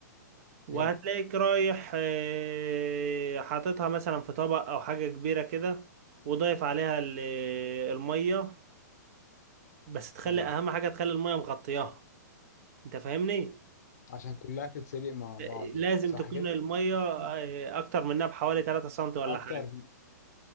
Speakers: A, on the right; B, on the left.
A: وهتلاقيك
B: حلو
A: رايح آه، حاططها مثلا في طبق او حاجة كبيرة كده وضايف عليها ال- المية بس تخلي
B: ايوه
A: اهم حاجة تخلي المية مغطياها انت فاهمني
B: عشان كلها تتسلق مع
A: آه،
B: بعض
A: لازم
B: يعني صح
A: تكون
B: كده
A: المية آه، اكتر منها بحوالي 3 سم ولا
B: اكتر
A: حاجة